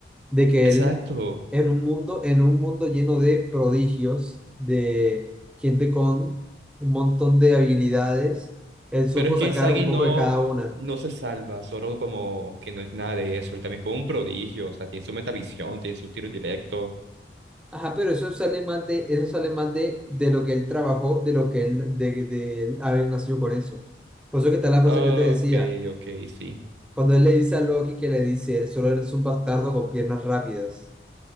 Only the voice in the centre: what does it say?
de que
él en un mundo, en un mundo lleno de prodigios, de gente con un montón de habilidades, él supo
sacar
un poco
de cada una.
Ajá, pero eso sale más de, eso sale más de, de lo que él trabajó, de lo que él, de, de él haber nacido con eso. Por eso que está la frase
que yo te decía
Cuando él le dice a Loki que le dice, él solo eres un bastardo con piernas rápidas.